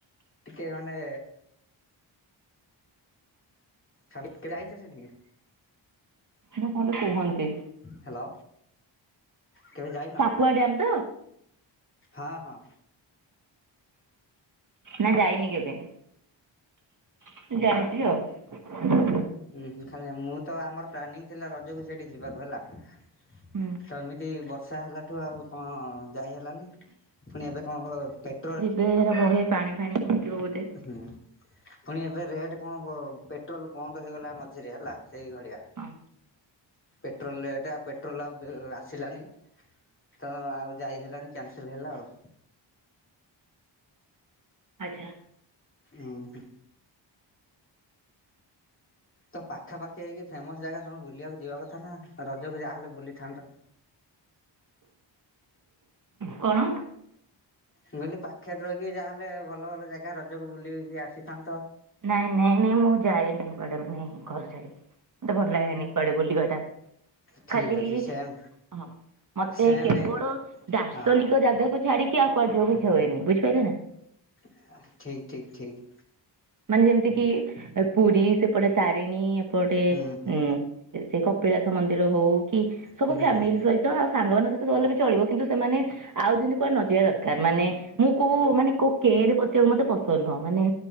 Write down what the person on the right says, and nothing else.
ନା କଣ ଗୋଟେ କୁହନ୍ତି।
ସାପୁଆ ଡ୍ୟାମ୍ ତ
ନା ଯାଇନି କେବେ? ସେ ଜାଣିଛି ଆଉ।
ହୁଁ
ସେ <inaudible> ପାଣି ଫାଣି ପିଉଥିବ ବୋଧେ।
ହଁ
ଆଜ୍ଞା।
କଣ?
ନାଇଁ ନାଇଁ ନାଇଁ ମୁଁ ଯାଏନି ମୁଁ କୁଆଡେ ମାନେ ଘର ଛାଡିକି। ମୋତେ ଭଲ ଲାଗେନି କୁଆଡେ ବୁଲିବା ଟା।
ଖାଲି
ହଁ
ମୋତେ
କେବଳ
ଦାର୍ଶନିକ
ଜାଗାକୁ ଛାଡି କି ଆଉ କୁଆଡେ ଯିବାକୁ ଇଚ୍ଛା ହୁଏନି। ବୁଝି ପାଇଲେ ନା?
ମାନେ ଯେମିତି କିି ଏ ପୁରୀ ସେପଟେ ତାରିଣୀ ଏପଟେ
ଉଁ,
ସେ କପିଳାସ ମନ୍ଦିର ହଉ କି ସବୁ
ଫ୍ୟାମିଲି
ସହି ତ ଆଉ ସାଙ୍ଗମାନଙ୍କ ସହିତ ଗଲେ ବି ଚଳିବ। କିନ୍ତୁ ସେମାନେ ଆଉ ଯେମିତି କୁଆଡେ ନଜିବା ଦରକାର। ମାନେ ମୁଁ କୋଉ ମାନେ କୋଉ କେଁ ରେ ପଶିବାକୁ ମୋତେ ପସନ୍ଦ ନୁହଁ। ମାନେ